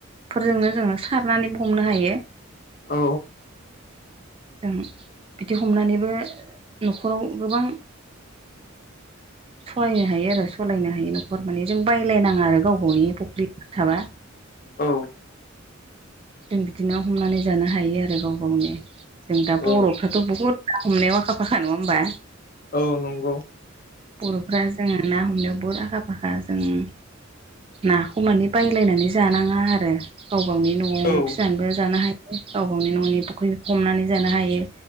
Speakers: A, on the right; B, on the left.
A: फोरजोंनो जोङो सारनानै हमनो हायो
B: औ
A: जों बिदि हमनानैबो न'खराव गोबां सहायनो हायो आरो सलायनो हायो न'खर माने जों बायलायनाङा आरो गाव गावनि फुख्रि थाबा
B: औ
A: जों बिदिनो हमनानै जानो हायो आरो गाव गावनि जों दा
B: औ
A: बर'फ्राथ' बहुद ना हमनायाव आखा फाखा नङा होमबा
B: औ नंगौ
A: बर'फ्रा जोङो ना हमनायाव बहुद आखा फाखा जों नाखौ मानि बायलायनानै जानाङा आरो गाव गावनि न' न'आवनो
B: औ
A: फिसिनानैबो जानो हायो गाव गावनि न'नि फख्रि हमनानै जानो हायो